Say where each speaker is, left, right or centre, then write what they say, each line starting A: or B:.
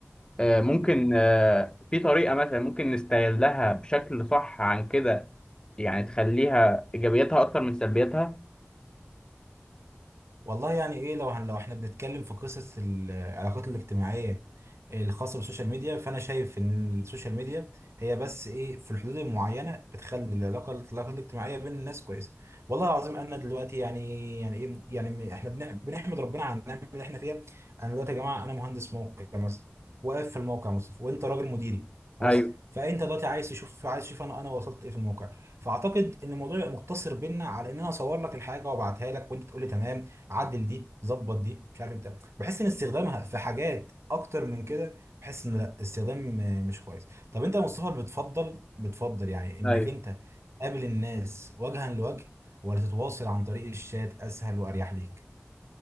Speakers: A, on the left (about 20°); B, on the right (about 80°).
A: آه، ممكن آه، في طريقه مثلا ممكن نستغلها بشكل صح عن كده يعني تخليها ايجابياتها اكتر من سلبياتها
B: والله يعني ايه لو هن- لو احنا بنتكلم في قصص العلاقات الاجتماعيه الخاصه بالسوشيال ميديا فانا شايف ان السوشيال ميديا هي بس ايه في الحدود المعينه بتخلي العلاقه العلاقه الاجتماعيه بين الناس كويسه والله العظيم انا دلوقتي يعني يعني ايه يعني احنا بنح- بنحمد ربنا على النعمه اللي احنا فيها انا دلوقتي يا جماعه انا مهندس موقع مثلا واقف في الموقع يا مصطفى وانت راجل مديري خلاص
A: ايوه
B: فانت دلوقتي عايز تشوف عايز تشوف انا انا وصلت ايه في الموقع فاعتقد ان الموضوع يبقى مقتصر بينا على ان انا اصور لك الحاجه وابعتها لك وانت تقول لي تمام عدل دي ظبط دي مش عارف بتاع بحس ان استخدامها في حاجات اكتر من كده بحس ان لا استخدام آه، مش كويس طب انت يا مصطفى بتفضل بتفضل يعني انك
A: ايوه
B: انت تقابل الناس وجها لوجه ولا تتواصل عن طريق الشات اسهل واريح ليك